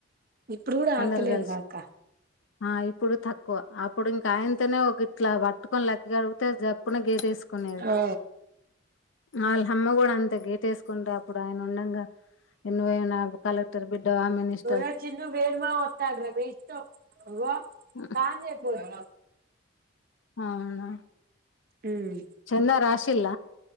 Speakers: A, on the right; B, on the left.
A: ఇప్పుడు కూడా ఆడతలేరుగా
B: అందరు కలిసి
A: అక్క
B: ఆ ఇప్పుడు తక్ క్కువ అప్పుడు ఇంకా అయంతనే ఒక గిట్లా బ పట్టుకొని లక్క కడిగితే జప్పున గేటు వేసుకునేది
A: ఆ
B: వాళ్ళ అమ్మ కూడా అంత గేటు వేసుకుంటే అప్పుడు ఆయన అవునంగా ఇన్వేనా కలెక్టర్ బిడ్డవా మినీష్
A: అరే చిన్ను వేణు మామ వత్తండు రా మే ఇష్టం ఇగో
B: హ్మ్.
A: సానం చేపోర్రి
B: అవునా
A: ఉమ్
B: చిన్న రాష్ట ఇల్